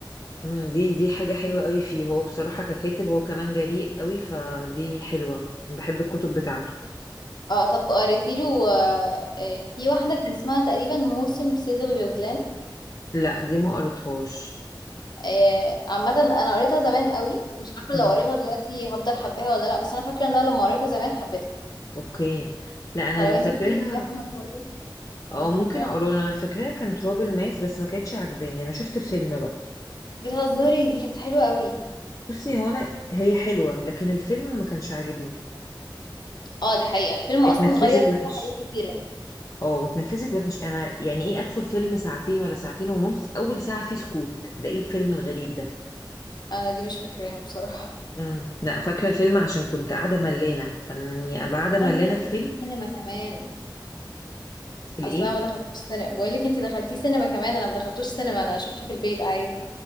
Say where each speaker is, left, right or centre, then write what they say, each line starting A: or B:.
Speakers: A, on the left; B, on the left.
A: مم، دي دي حاجة حلوة قوي فيه هو بصراحة ككاتب هو كمان جريء قوي فدي حلوة أنا بحب الكتب بتاعته
B: اه طب قريتي له آه، آه، في واحدة كان اسمها تقريبا موسم صيد الغزلان
A: لا دي ما قريتهاش
B: آه، عامة انا قريتها زمان قوي مش عارفة
A: مم.
B: لو قريتها دلوقتي هفضل حباها ولا لا بس انا فاكرة ان انا لما قريتها زمان حبيتها
A: اوكي لا انا
B: فلو
A: اللي
B: انتي
A: فاكراها
B: بتحبي يا احمد برضه
A: او
B: اللي
A: ممكن
B: فاكرة
A: اقوله لك. انا فاكراها كان تراب الماس بس ما كانتش عاجباني انا شفت الفيلم بقى
B: بتهزري دي كانت حلوة قوي
A: بصي هو انا هي حلوه لكن الفيلم ما كانش عاجبني
B: اه دي حقيقة الفيلم اصلا
A: اتنفذت
B: غير فيها
A: وحش
B: حاجات كتيرة
A: اه واتنفذت وحش انا يعني ايه ادخل فيلم ساعتين ولا ساعتين ونص اول ساعه فيه سكوت ده ايه الفيلم الغريب ده
B: انا دي مش فاكراها بصراحة
A: امم لا فاكره الفيلم عشان كنت قاعده ملانه يعني ابقى قاعده
B: <laughs>
A: ملانه
B: انت دخلتي
A: في فيلم
B: السينما كمان
A: الايه
B: اصل انا ما دخلتوش سينما بقول لك انت دخلتيه سينما كمان انا ما دخلتوش سينما انا شفته في البيت عادي